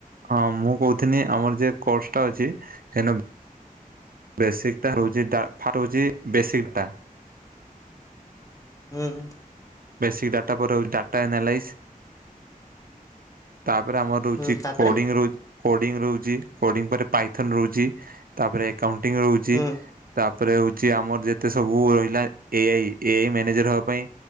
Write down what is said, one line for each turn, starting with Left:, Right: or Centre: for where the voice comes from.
Right: ହଁ ମୁଁ କହୁଥିଲି ଆମର ଯେ କୋସଟ ଅଛି ସେ ବେଶିକ ଟା ରହୁଛି <inaudible> ବେସିକ ଟା।
Left: ହୁଁ,
Right: ବେସିକ୍ ଡାଟା ପରେ ରହୁଚି ଡାଟା ଏନାଲାଇସ୍। ତାପରେ ଆମର ରହୁଛି
Left: ହୁଁ ତାପରେ
Right: କୋଡିଂ ରହୁଚି କୋଡିଂ ରହୁଚି, କୋଡିଂ ପରେ ପାଇଥନ ରହୁଛି, ତାପରେ ଏକାଉଣ୍ଟିଂ ରହୁଚି।
Left: ହୁଁ
Right: ତାପରେ ହଉଚି ଆମର ଯେତେ ସବୁ ରହିଲା A I A I manager ହବା ପାଇଁ